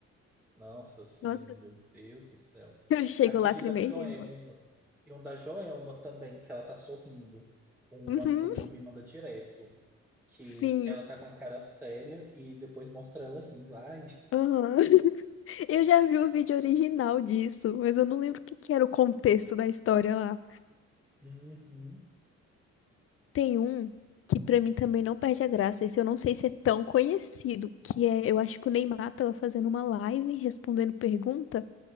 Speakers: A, in the centre; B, on the left.
A: Nossa, sim,
B: Nossa,
A: meu Deus do céu.
B: <laughs> eu chego,
A: Aquele
B: lacrimei.
A: da Joelma. E um da Joelma também, que ela tá sorrindo. Um
B: Uhum,
A: amigo meu me manda direto. Que
B: sim.
A: ela tá com a cara séria e depois mostra ela rindo. Ai.
B: Aham. <laughs> Eu já vi o vídeo original disso, mas eu não lembro o que que era o contexto da história lá.
A: Uhum.
B: Tem um que pra mim também não perde a graça, esse eu não sei se é tão conhecido, que é, eu acho que o Neymar tava fazendo uma live respondendo pergunta.